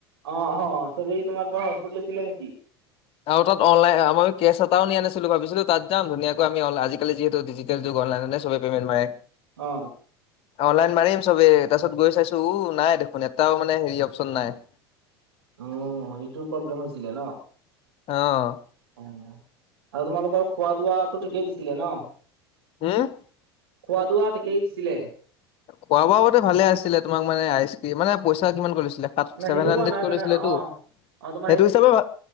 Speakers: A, on the right; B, on the left.
A: অ', অ', চবেই তোমাৰ পৰা হটস্পট লৈছিলে নেকি?
B: আৰু তাত অনলাইন আম কেছ এটাও নিয়া নাছিলো ভাবিছিলোঁ তাত যাম ধুনাকৈ আমি আজিকালি যিহেতু, ডিজি তেল যুগ অনলাইনতে চৱে পেমেণ্ট মাৰে।
A: অ
B: অনলাইন মাৰেই চবেই তাৰপিছত গৈ চাইছোঁ উ, নাই দেখোন এটাও মানে হেৰি অপশচন নাই।
A: উম, এইটো প্ৰব্লেম হৈছিলে ন'?
B: অ'।
A: অ আৰু তোমালোকৰ খোৱা দোৱাটো ঠিকেই দিছিলে ন?
B: হম?
A: খোৱা ধোৱা ঠিকেই দিছিলে?
B: খোৱা বোৱা মতে ভালে আছিলে তোমাক মানে আইচক্ৰীম মানে পইচা কিমান কৰি লৈছিলে। তাত
A: নাই
B: ছেভেন
A: সেইটো
B: হাড্ৰেড
A: কোৱা নাই
B: কৈ
A: মানে
B: লৈছিলেটো
A: অ অ তোমাৰ
B: সেইটো হিচাপে ভাল